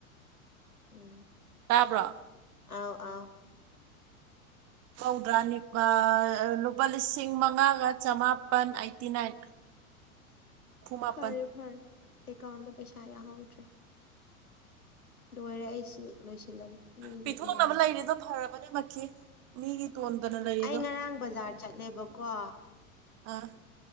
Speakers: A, on the left; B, on the right.
A: ꯎꯝ
B: ꯇꯥꯕ꯭ꯔꯣ
A: ꯑꯥꯎ ꯑꯥꯎ
B: ꯐꯧꯗ꯭ꯔꯥꯅꯤ ꯂꯨꯄꯥ ꯂꯤꯁꯤꯡ ꯃꯉꯥꯒ ꯆꯃꯥꯄꯜ ꯑꯥꯏꯠꯇꯤ ꯅꯥꯏꯟ <unintelligible> ꯃꯥꯄꯜ
A: ꯐꯔꯦ ꯐꯔꯦ ꯑꯦꯀꯥꯎꯟꯗ ꯄꯩꯁꯥ ꯌꯥꯝ ꯍꯧꯗ꯭ꯔꯦ ꯂꯣꯏꯔꯦ ꯑꯩꯁꯤ ꯂꯣꯏꯁꯤꯜꯂꯒꯦ ꯃꯤꯒꯤ
B: ꯄꯤꯊꯣꯛꯅꯕ
A: ꯃꯌꯥꯝ
B: ꯂꯩꯔꯤꯗꯣ ꯐꯔꯕꯅꯤꯃꯛꯀꯤ ꯃꯤꯒꯤ ꯇꯣꯟꯗꯅ ꯂꯩꯔꯤꯗꯣ
A: ꯑꯩ ꯉꯔꯥꯡ ꯕꯖꯥꯔ ꯆꯠꯂꯦꯕꯀꯣ
B: ꯑꯥ